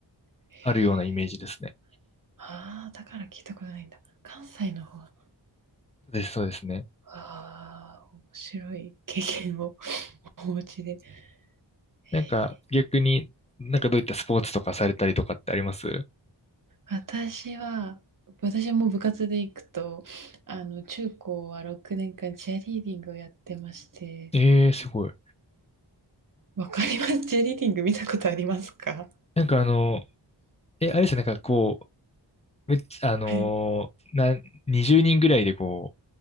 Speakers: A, on the right; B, on the left.
A: へ
B: あるようなイメージですね。
A: え。ああ、だから聞いたことないんだ。関西の方。あ
B: そうです、そうですね。
A: あ、面白い経験を <laughs> お持ちで。へえ
B: なんか逆に、なんかどういったスポーツとかされたりとかってあります
A: 私は、私も部活で行くと、あの、中高は6年間チアリーディングをやってまして、
B: ええー、すごい。
A: わかります。チアリーディング見たことありますか
B: なんかあの、え、あれですよね、なんかこう、めっちゃ、あのーな、
A: はい。
B: 20人ぐらいでこ